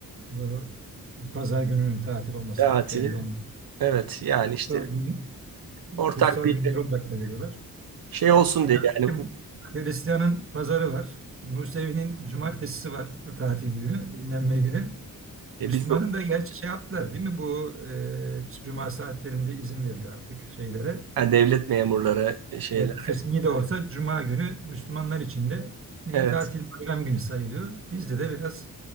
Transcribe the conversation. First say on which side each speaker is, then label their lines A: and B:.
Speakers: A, on the right; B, on the right.
A: Bu pazar gününün tatil olmasını
B: Tatili.
A: kendi on-
B: Evet yani
A: kutsal
B: işte
A: gün,
B: ortak
A: kutsal
B: bir
A: günleri olarak da veriyorlar.
B: Şey olsun
A: E
B: diye
A: kardeşim
B: yani
A: Hristiyan'ın pazarı var. Musevi'nin cumartesisi var tatil günü, dinlenme günü.
B: e,
A: Müslüman'ın
B: biz de
A: da gerçi şey yaptılar değil mi? Bu e, cuma saatlerinde izin veriliyor artık şeylere.
B: yani devlet memurları e, şeyler.
A: Evet, kısmi de olsa Cuma günü Müslümanlar için de neyi
B: Evet.
A: tatil bayram günü sayılıyor. Bizde de biraz